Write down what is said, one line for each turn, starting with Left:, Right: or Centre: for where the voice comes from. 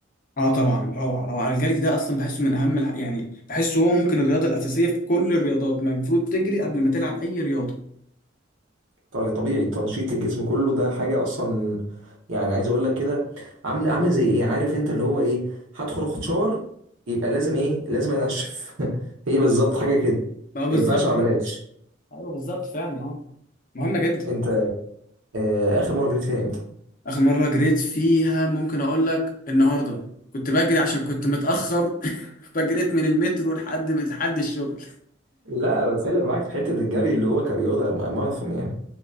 Left: اه طبعا روعه روعه الجري ده اصلا بحسه من اهم الح... يعني بحسه هو ممكن الرياضه الاساسيه في كل الرياضات ما المفروض تجري قبل ما تلعب اي رياضه
Right: طبعا طبيعي تنشيط للجسم كله ده حاجه اصلا يعني عايز اقول لك كده عامل عامل زي ايه عارف انت اللي هو ايه هدخل اخد شاور يبقى لازم ايه لازم انشف <laughs> هي بالظبط حاجه كده
Left: بقى بالظبط
Right: ما ينفعش ما
Left: ايوه
Right: اعملهاش
Left: ايوه بالظبط فعلا اه مهمه جدا
Right: انت آه، اخر مره جريت فيها امتى
Left: اخر مره جريت فيها ممكن اقول لك النهارده كنت بجري عشان كنت متاخر <laughs> فجريت من المترو لحد لحد الشغل
Right: لا أنا بتكلم معاك في حته الجري اللي هو كرياضه ما- ماراثون يعني